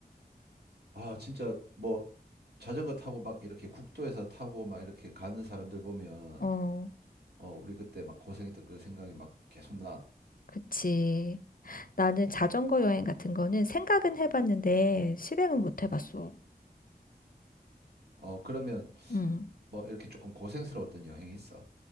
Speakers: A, on the right (about 75°); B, on the left (about 60°).
A: 아 진짜 뭐 자전거 타고 막 이렇게 국도에서 타고 막 이렇게 가는 사람들 보면
B: 어,
A: 어 우리 그때 막 고생했던 그 생각이 막 계속 나.
B: 그치.
A: 어,
B: 나는 자전거 여행 같은 거는 생각은 해봤는데 실행은 못 해봤어.
A: 어 그러면
B: 음.
A: 뭐 이렇게 조금 고생스러웠던 여행이 있어.